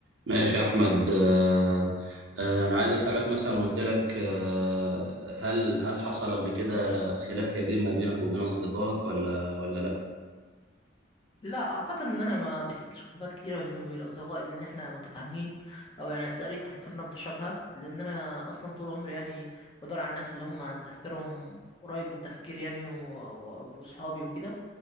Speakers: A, on the right; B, on the left.
A: ماشي يا احمد آه، آه، انا عايز اسالك مثلا قلت لك آه، هل هل حصل قبل كده خلاف كبير ما بينك وبين اصدقائك ولا ولا
B: لا اعتقد ان انا ما بيحصلش خلافات كتيره بيني وبين اصدقائي لان احنا متفاهمين او يعني طريقه تفكيرنا متشابهه لان انا اصلا طول عمري يعني بدور على الناس اللي هم تفكيرهم قريب من تفكيري يعني و- و- واصحابي وكده